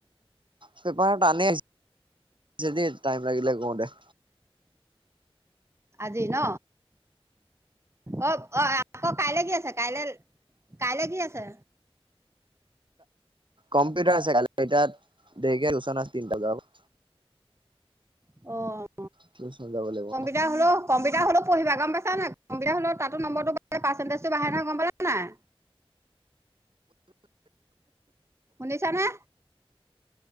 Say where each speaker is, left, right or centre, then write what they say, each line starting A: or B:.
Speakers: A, on the right; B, on the right.
A: পেপাৰ তানে আহিছে দেই টাইম লাগিলে কওঁতে।
B: আজি ন' অ', অ', আকৌ কাইলৈ কি আছে কাইলৈ কাইলৈ কি আছে?
A: কম্পিউটাৰ আছে, কাইলে এতিয়া দেৰিকে আছে ন তিনটা বজা পা।
B: অ',
A: টিউচন যাব লাগিব।
B: হ'লে কম্পিটাৰ হ'লে পঢ়া গম পাইছ নাই, কম্পিটাৰ হলেওঁ তাতো নম্বৰটো পাৰ্চেণ্টজটো বাহে নহয় গম পালা নাই। শুনিছা নে?